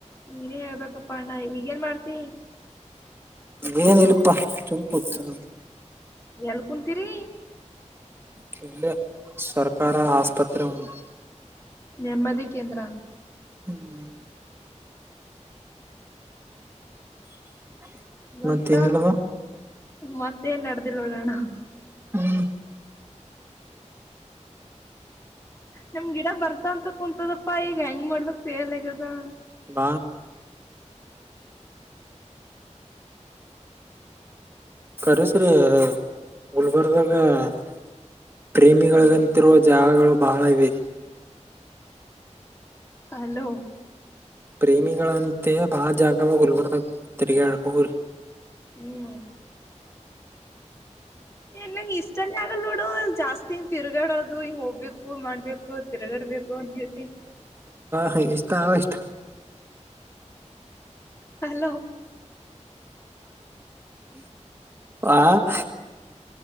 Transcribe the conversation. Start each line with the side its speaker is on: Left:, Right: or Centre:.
Left: ನೀನೇ ಹೇಳ್ಬೇಕಪ್ಪಾ ಅಣ್ಣ ಈಗೇನ್ ಮಾಡ್ತಿ
Right: ಏನ್ ಇಳಪಾ ಅಷ್ಟೊತ <unintelligible>
Left: ಎಲ್ ಕುಂತೀರಿ
Right: <unintelligible> ಸರ್ಕಾರ ಆಸ್ಪತ್ರೆ ಒಂದು
Left: ನೆಮ್ಮದಿ ಕೇಂದ್ರ
Right: <inaudible> <unintelligible>
Left: ಮತ್ತ
Right: ತಿನ್ ನವ
Left: ಮತ್ತೇನ್ ನಡ್ದಿಲ್ ನೋಡೋಣ <unintelligible>
Right: ಹ್ಮ
Left: ನಿಮ್ ಗಿಡ ಬರ್ತಾ ಅಂತ ಕುೂಂತದಪ್ಪಾ ಈಗ ಹೆಂಗ್ ಮಾಡ್ಬೇಕಕ್ ಸೇಲ್ಗದ <inaudible>
Right: ಬ ಕ ಸರಿೀ ಗುಲ್ಬರ್ದಾಗ <inaudible> ಪ್ರೇಮಿಗಳಿಗಂತಿರುವ ಜಾಗಗಳು ಬಹಳ ಇವೆ
Left: ಹಲೋ
Right: ಪ್ರೇಮಿಗಳಂತೆ ಬಾಳ ಜಾಗವಾಗ ಹಲ್ಬರ್ತ ತಿರ್ಗಳ ಹ್ರ
Left: ಹ್ಮ್ ಏ ನಂಗಗೆ ಇಷ್ಟನೆೇ ಆಗಲ್ ನೋಡು ಜಾಸ್ತಿನ್ ತಿರ್ಗಾಡದು ಹಂಗ ಹೋಗ್ಬೇಕು ಮಾಡ್ಬೇಕು <inaudible> ಕೋತಿರ ಗಡ್ಬೇಕು ಹೊಂತಿ
Right: ಹಾ ಇಷ್ಟ ಆ ಇಷ್ಟ
Left: ಹಲೋ
Right: ಆಾ <unintelligible>